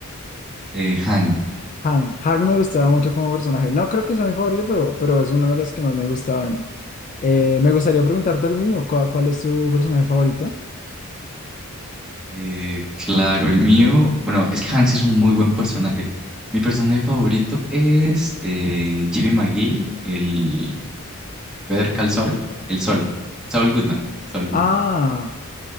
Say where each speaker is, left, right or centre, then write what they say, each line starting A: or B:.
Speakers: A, in the centre; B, on the left.
A: eh, Hank.
B: Han. Han me gustaba mucho como personaje. No creo que sea mi favorito, pero, pero es uno de los que más me gustaban. Eh, me gustaría preguntarte lo mismo. ¿Cuál, cuál es tu personaje favorito?
A: Eh, claro, el mío, bueno, es que Hanks es un muy buen personaje. Mi personaje favorito es eh, Jimmy McGill, el Better Call Saul, el Sol, Saul Goodman, Saul Goodman.
B: Ah,